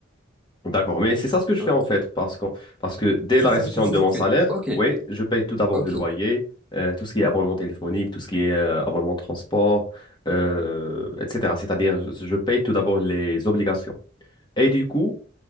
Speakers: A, on the left (about 25°); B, in the centre.
A: D'accord, mais c'est ça ce que je
B: Ok.
A: fais en fait, parce que, parce que dès
B: C'est
A: la réception
B: ça ce que tu
A: de mon salaire,
B: fais. Ok,
A: oui, je paye tout d'abord
B: ok,
A: le loyer, euh, tout ce qui est abonnement téléphonique, tout ce qui est euh, abonnement de transport, euh, etc. C'est-à-dire, je je paye tout d'abord les obligations. Et du coup,